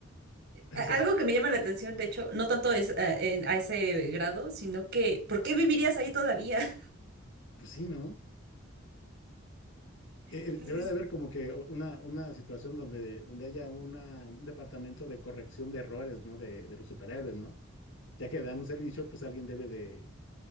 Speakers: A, on the left (about 75°); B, on the right (about 60°).
A: O
B: a-
A: sea,
B: algo que me llama la atención, de hecho, no tanto es eh, en- a ese grado, sino que, ¿por qué vivirías ahí todavía? <laughs>
A: pues sí, ¿no? Eh,
B: Sí,
A: eh, debería
B: sí.
A: de haber como que o- una, una situación donde, donde haya una, un departamento de corrección de errores, ¿no? De, de los superhéroes, ¿no? Ya que dan un servicio, pues alguien debe de,